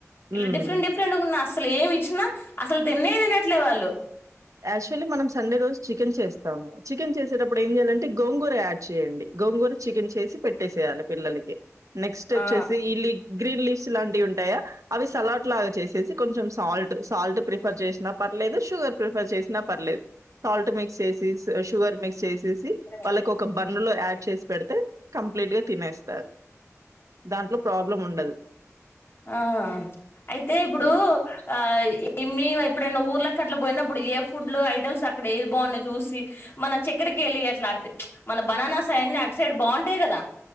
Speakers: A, on the right; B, on the left.
A: హ్మ్.
B: మిచ్ ఇలా డిఫరెంట్ డిఫరెంట్గా ఉన్నా అసలు ఏమి ఇచ్చినా అసలు తిన్నే తినట్లే వాళ్ళు
A: యాక్చువల్లీ మనం సండే రోజు చికెన్ చేస్తాం చికెన్ చేసేటప్పుడు ఏం చేయాలంటే గోంగూర యాడ్ చేయండి గోంగూర చికెన్ చేసి పెట్టేసేయాలి పిల్లలకి నెక్స్ట్ వచ్చసి
B: ఆ
A: ఈ లీ గ్రీన్ లీ లీవ్స్ ఇలాంటివి ఉంటాయా అవి సలాడ్ లాగా చేసేసి కొంచెం సాల్ట్ సాల్ట్ ప్రిఫర్ చేసిన పర్లేదు షుగర్ ప్రిఫర్ చేసినా పర్లేదు సాల్ట్ మిక్స్ చేసి షుగర్ మిక్స్ చేసేసి
B: ఆ
A: వాళ్ళకి ఒక బన్ను లో యాడ్ చేసి పెడితే కంప్లీట్ గా తినేస్తారు దాంట్లో ప్రాబ్లం ఉండదు
B: ఆ అయితే ఇప్పుడు
A: ఆ!
B: ఆ మి ఎప్పుడైనా ఊరు ఊర్లకి అట్లా పోయినప్పుడు ఏ ఫుడ్లు ఐటమ్స్ అక్కడ ఏది బాగున్నాయి చూసి మన చక్కరికి వెళ్ళి అట్లా మిచ్ మన బనానాస్ అన్ని అటు సైడ్ బాగుంటాయి కదా